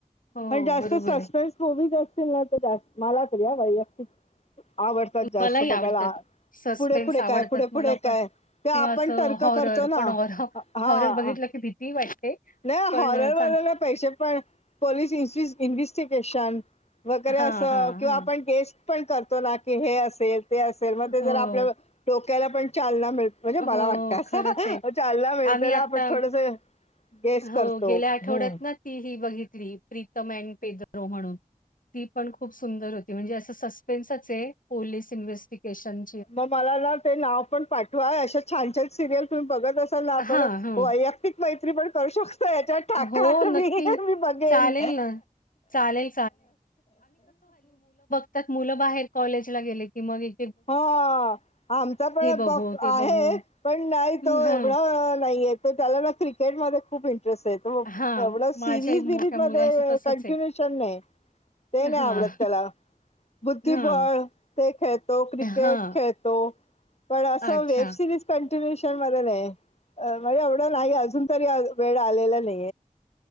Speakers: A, on the left (about 70°); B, on the left (about 50°).
A: हो
B: पण जास्त
A: बरोबर
B: सस्पेनस.
A: आहे.
B: होवीच असेल ना त जास माला तर या वैयक्तिक <unintelligible> आवडतात जास्त
A: मलाही
B: बघायला
A: आवडतात. सस्पेन्स
B: पुढे, पुढे
A: आवडतात
B: काय पुढे,
A: मला
B: पुढे
A: पण.
B: काय. ते आपण
A: किंवा असं
B: तर्क
A: हॉरर
B: करतो ना
A: पण हॉर
B: अ हा.
A: हॉरर बघितलं की भीती वाटते.
B: लय
A: पण
B: हॉरर
A: अ,
B: वाल्याला
A: चांग
B: पैसे पण पोलीस इस वीस इन्व्स्टिकेशन वगैरे
A: हां,
B: असं
A: हां,
B: किंवा
A: हां.
B: आपण केस पण करतो ना की हे असेल ते असेल मग
A: हो,
B: ते जर आपल्या डोक्याला पण चालना मिळत. म्हणजे
A: हो
B: मला वाटतं अस
A: खरंच आहे.
B: चालला मिळते
A: आम्ही
B: ना
A: आता
B: आपण थोडस. गेस
A: हो
B: करतो
A: गेल्या
B: हूं!
A: आठवड्यात ना ती ही बघितली प्रीतम अँड पेजरो म्हणून. ती पण खूप सुंदर होती म्हणजे असं सस्पेन्सच हे पोलीस इन्व्हेस्टिगेशन.
B: म मला ना ते नाव पण पाठवा अशा छान, छान. सिरियल तुम्ही बघत असाल ना आपण
A: हां, हां.
B: वैयक्तिक मैत्री पण करू शकतो याच्यात. काका
A: हो
B: आता
A: नक्की.
B: मी ही मी बघेन.
A: चालेल ना. चालेल, त्यात मुलं बाहेर कॉलेज ला गेले की मग ये.
B: हा आमचा पण
A: बघू, ते
B: आहे
A: बघू.
B: पण <unintelligible> नाही
A: हं,
B: तो
A: हां.
B: एवढा नाही येत. तर त्याला ना क्रिकेटमध्ये खूप इंटरेस्ट हेत.
A: हां,
B: एवढं
A: माझ्याही
B: सिरीज
A: मोठ्या
B: बीरीज मध्ये
A: मुलाचं तसंच
B: कंटिन्युशन
A: आहे.
B: नाही. ते नाही
A: हां,
B: आवडत त्याला. बुद्धिबळ
A: हां.
B: ते खेळतो. क्रिकेट
A: हां,
B: खेळतो. पण असं
A: अच्छा.
B: वेब सिरीज कंटिन्युशन मध्ये नाही. अ म एवढं नाही. अजून तरी वेड आलेल नाही.